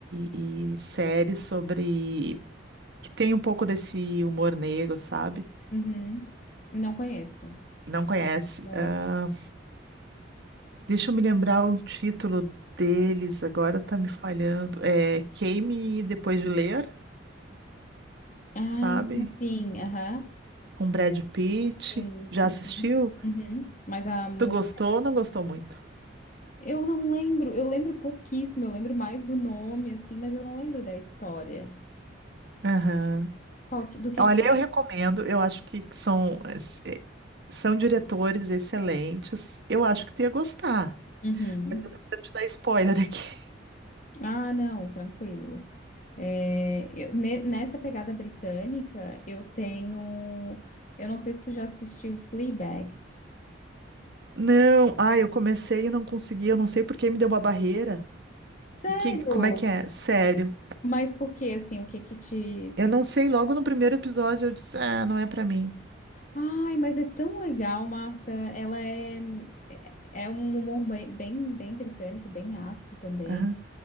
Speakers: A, on the right; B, on the left.
A: e e séries sobre que tem um pouco desse humor negro, sabe?
B: uhum. Não conheço.
A: Não conhece.
B: Não.
A: ah, Deixa eu me lembrar o título deles, agora tá me falhando. É Queime Depois de Ler,
B: Ah,
A: sabe?
B: sim, aham.
A: Com Brad Pitt.
B: Sim.
A: Já
B: Uhum.
A: assistiu?
B: Uhum. Mas há muito.
A: Tu gostou ou não gostou muito?
B: Eu não lembro, eu lembro pouquíssimo, eu lembro mais do nome, assim, mas eu não lembro da história.
A: Aham.
B: Qual que- do que
A: Olha,
B: que.
A: eu recomendo, eu acho que que são, é, são diretores excelentes. Eu acho que tu ia gostar.
B: Uhum.
A: Mas eu tô com medo de dar spoiler aqui.
B: Ah, não, tranquilo. É, eu- ne- nessa pegada britânica, eu tenho. Eu não sei se tu já assistiu Fleabag.
A: Não, ai, eu comecei e não consegui, eu não sei por que me deu uma barreira.
B: Sério?
A: O Que, como é que é? Sério.
B: Mas por que, assim, o que que te. se-
A: Eu não sei, logo no primeiro episódio eu disse, ah, não é pra mim.
B: Ai, mas é tão legal, Marta. Ela é. É é um humor bem, bem bem britânico, bem ácido também.
A: Aham,